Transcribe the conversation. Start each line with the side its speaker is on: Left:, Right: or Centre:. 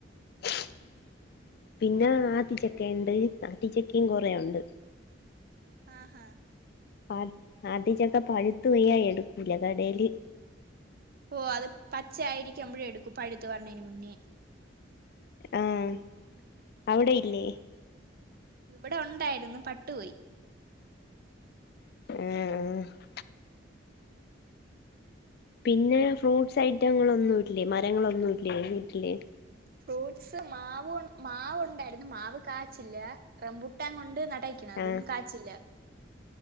Left: <unintelligible> പിന്ന ആത്തിച്ചകേണ്ട് ആത്തിച്ചക്കേം കൊറേ ഒണ്ട്.
Right: ആഹ.
Left: ആ ആതിച്ചക്ക പഴുത്തു പോയ എടുക്കൂല കടെല്.
Right: ഓ അത് പച്ചയായിരിക്കുമ്പോഴെടുക്കു പഴുത്തു വരണെന് മുന്നേ.
Left: ആഅവിടെയില്ലേ?
Right: ഇവിടെ ഒ ണ്ടാരുന്നു പട്ടുപോയി.
Left: ആഹ്, ആഹ് പിന്നെ ഫ്രൂട്ട്സൈറ്റങ്ങളൊന്നുല്ലേ മരങ്ങളൊന്നുല്ലേ വീട്ടില്.
Right: ഫ്രൂട്ട്സ് മാവ് മാവുണ്ടായിരുന്നു മാവ് കാച്ചില്ല റംബുട്ടാൻ കൊണ്ട് ന ട്ടേക്കണ് അതും
Left: ആഹ്
Right: കാച്ചില്ല.